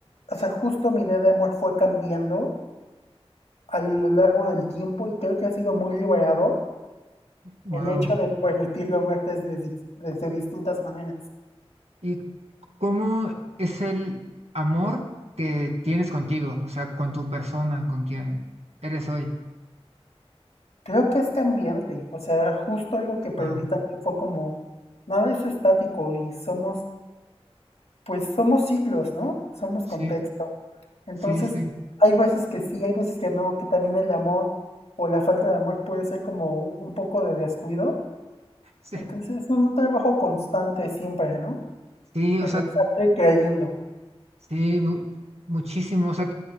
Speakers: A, on the left (about 85°); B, on the right (about 80°).
A: o sea, justo mi idea de amor fue cambiando a lo largo del tiempo y creo que ha sido muy liberador
B: wow.
A: el hecho de permitirlo ver desde, di- desde distintas maneras.
B: ¿Y cómo es el amor que tienes contigo? O sea, con tu persona, con quien eres hoy.
A: Creo que es cambiante, o sea, justo algo que aprendí
B: Wow.
A: también fue como, nada es estático y somos, pues somos ciclos, ¿no? Somos
B: Sí,
A: contexto. Entonces,
B: sí, sí, sí.
A: hay veces que sí, hay veces que no, que también el amor o la falta de amor puede ser como un poco de descuido.
B: Sí,
A: Entonces, es un trabajo constante siempre, ¿no?
B: sí,
A: El
B: o sea,
A: estar creyendo.
B: sí, mu- muchísimo. O sea,